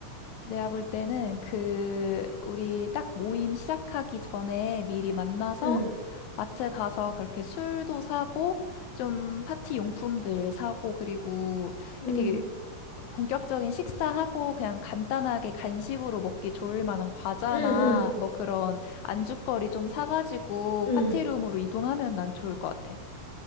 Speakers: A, on the left; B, on the left.
A: 내가 볼 때는 그, 우리 딱 모임 시작하기 전에 미리 만나서
B: 음
A: 마트 가서 그렇게 술도 사고, 좀 파티 용품들 사고, 그리고
B: 음
A: 이렇게 본격적인 식사하고 그냥 간단하게 간식으로 먹기 좋을 만한 과자나
B: 음음
A: 뭐 그런 안주거리 좀 사가지고
B: 음
A: 파티룸으로 이동하면 난 좋을 것 같아.